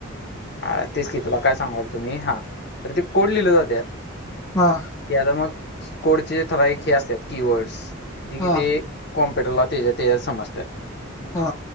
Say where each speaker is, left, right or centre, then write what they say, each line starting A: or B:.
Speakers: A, on the left; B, on the left.
A: ह तेच की तुला काय सांगाल त मी हा तर ते कोड लिहिले जाते.
B: हा.
A: ते आता मग कोडचे ठरावीक हे असतात कीवर्डस जे कि
B: हा
A: ते कॉम्प्युटरला तेच्या ते समजतात.
B: हा.